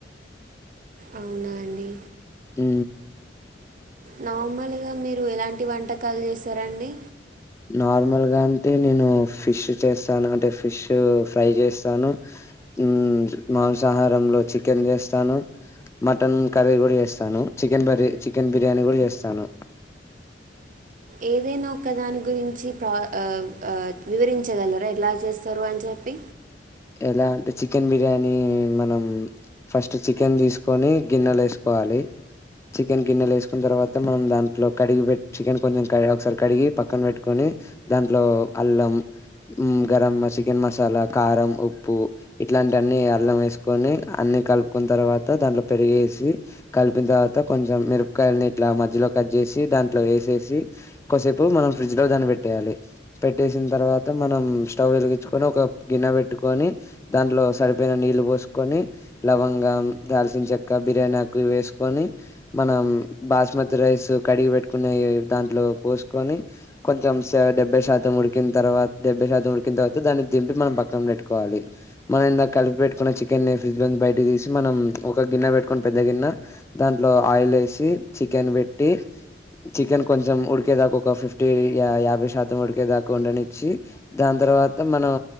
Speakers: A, on the right; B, on the left.
A: అవునా అండి
B: ఉ
A: నార్మలుగా మీరు ఎలాంటి వంటకాలు చేస్తారండి
B: నార్మల్ గా అంటే నేను ఫిష్ చేస్తాను అంటే ఫిష్ ఫ్రై చేస్తాను ఉ మాంసాహారంలో చికెన్ చేస్తాను మటన్ కర్రీ కూడా చేస్తాను చికెన్ బర్ చికెన్ బిర్యానీ కూడా చేస్తాను
A: ఏదైనా ఒక దాని గురించి ప్రా ఆ ఆ వివరించగలరా ఎట్లా చేస్తారు అని చెప్పి
B: ఎలా అంటే చికెన్ బిర్యానీ మనం ఫస్ట్ చికెన్ తీసుకొని గిన్నెలో వేసుకోవాలి చికెన్ గిన్నెలో వేసుకున్న తర్వాత మనం దాంట్లో కడిగి బె చికెన్ కొంచెం క ఒకసారి కడిగి పక్కన పెట్టుకొని దాంట్లో అల్లం ఉమ్ గరం చికెన్ మసాలా కారం ఉప్పు ఇట్లాంటి అన్నీ అల్లం వేసుకొని అన్ని కలుపుకున్న తర్వాత దాంట్లో పెరిగేసి కలిపిన్ తర్వాత కొంచెం మిరపకాయల్ని ఇట్లా మధ్యలో కట్ చేసి దాంట్లో వేసేసి కోసేపు మనం ఫ్రిడ్జ్ లో దాన్ని పెట్టేయాలి పెట్టేసిన తర్వాత మనం స్టవ్ వెలిగించుకొని ఒక గిన్నె పె పెట్టుకొని దాంట్లో సరిపోయిన నీళ్లు పోసుకొని లవంగం దాల్చిన చెక్క బిర్యానీ ఆకు ఇవి ఏసుకొని మనం బాస్మతి రైస్ కడిగి పెట్టుకున్నయి దాంట్లో పోసుకొని కొంచెం శా డెబ్బైశాతం ఉడికిన్ తర్వాత డెబ్బైశాతం ఉడికిన్ తర్వాత దాన్ని దింపి మనం పక్కన పెట్టు కోవాలి మనం ఇందాక కలిపి పెట్టుకున్న చికెన్ ని ఫ్రిడ్జ్ లో బయటకి తీసి మనం ఒక గిన్నె పెట్టుకొని పెద్ద గిన్నె దాంట్లో ఆయిల్ ఏసి చికెన్ బెట్టి చికెన్ కొంచెం ఉడికేదాకా ఒక ఫిఫ్టీ యా యాభై శాతం ఉడికేదాకా ఉండనిచ్చి దాన్ తర్వాత మనం